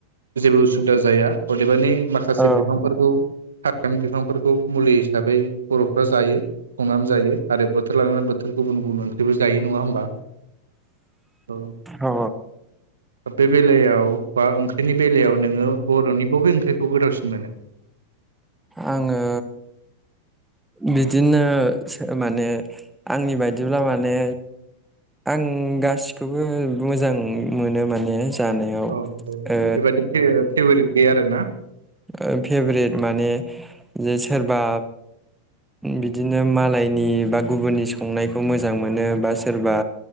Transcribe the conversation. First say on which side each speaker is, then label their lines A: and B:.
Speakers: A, on the right; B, in the centre.
A: जेबो उसुबिदा जाया अदेबानि माख से
B: औ
A: बिफांफोरखौ हाग्रानि बिफांफोरखौ मुलि हिसाबै बर'फ्रा जायो संनानै जायो आरो बोथोर लानानै बोथोर गुबुन गुबुन ओंख्रिबो जायो। नङा होमबा ओ
B: औ
A: बे बेलायाव बा ओंख्रिनि बेलायाव नोङो बर'नि बबे ओंख्रिखौ गोथावसिन मोनो?
B: आङो बिदिनो सो माने आंनि बायदिब्ला माने आं गासिखौबो मोजां मोनो माने। जानायाव
A: औ औ
B: ओ
A: बेबादि फे फेभरेट गैया आरो ना?
B: ओ फेभरेट माने जे सोरबा बिदिनो मालायनि बा गुबुननि संनायखौ मोजां मोनो बा सोरबा